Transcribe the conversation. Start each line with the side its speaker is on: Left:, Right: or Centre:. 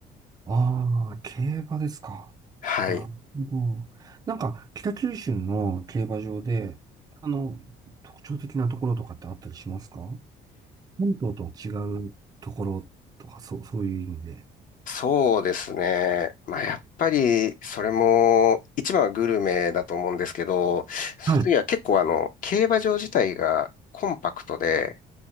Right: ああ、競馬ですか。
Left: はい。
Right: なるほど。なんか、北九州の競馬場で、あの、特徴的なところとかってあったりしますか本島とは違うところとか、そう、そういう意味で。
Left: そうですね。まあ、やっぱり、それも、一番はグルメだと思うんですけど、その次は結構あの、
Right: はい。
Left: 競馬場自体がコンパクトで、